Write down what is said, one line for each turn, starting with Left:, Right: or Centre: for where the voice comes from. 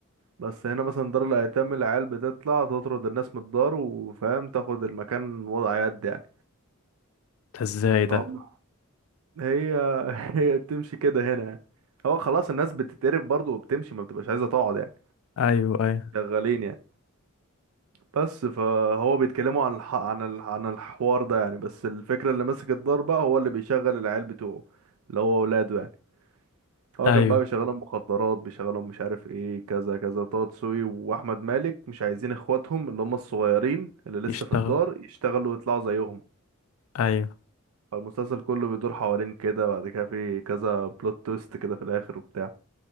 Right: بس هنا مثلا دار الايتام العيال بتطلع تطرد الناس من الدار وفاهم تاخد المكان وضع يد يعني
Left: ده ازاي ده؟
Right: فهم هي <laughs> هي بتمشي كده هنا يعني هو خلاص الناس بتتقرف برضه وبتمشي ما بتبقاش عايزه تقعد يعني
Left: ايوه ايوه
Right: شغالين يعني بس فهو بيتكلموا عن الح... عن ال... عن الحوار ده يعني بس الفكره اللي ماسك الدار بقى هو اللي بيشغل العيال بتوعه اللي هو اولاده يعني هو
Left: ايوه
Right: كان بقى بيشغلهم مخدرات بيشغلهم مش عارف ايه كذا كذا طه دسوقي واحمد مالك مش عايزين اخواتهم اللي هم الصغيرين اللي لسه
Left: يشتغل
Right: في الدار يشتغلوا ويطلعوا زيهم
Left: ايوه
Right: فالمسلسل كله بيدور حوالين كده بعد كده في كذا بلوت تويست كده في الاخر وبتاع